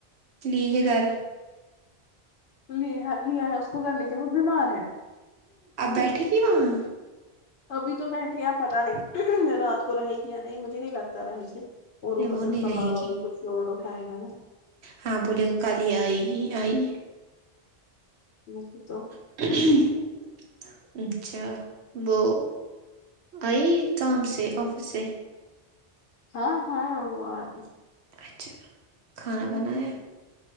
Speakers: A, on the right; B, on the left.
A: لی ہے گھر
B: لی ہے لیا ہے اس کو گھر لے کے وہ بیمار ہے
A: آپ بیٹھے گی وہاں
B: ابھی تو بیٹھی اب پتا نہیں رات کو رہے گی یا نہی نہیں مجھے نہیں لگتا رہے گی
A: ارے
B: اور اوپر
A: وہ نہیں
B: سے اس کا
A: رہے
B: بابا
A: گی
B: بھی کچھ شور اٹھائے گا نا
A: ہاں بولے گا کل ہی آئے گی آئی
B: وہی تو
A: ہن ہں ہں اچھا وہ آئی کام سے آفس سے
B: ہاں ہاں وہ آئی
A: اچھا کھانا
B: ہوں،
A: بنایا